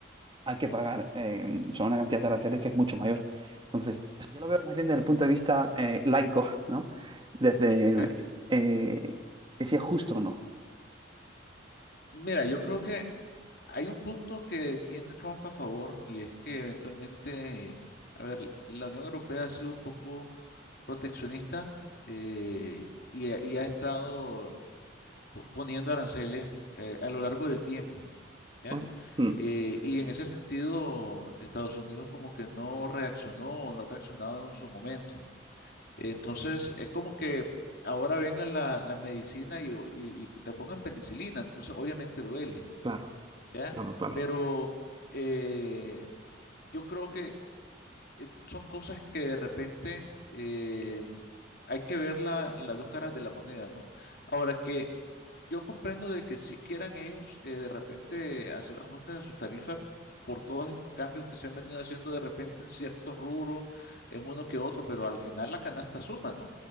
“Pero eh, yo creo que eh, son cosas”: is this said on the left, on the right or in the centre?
Left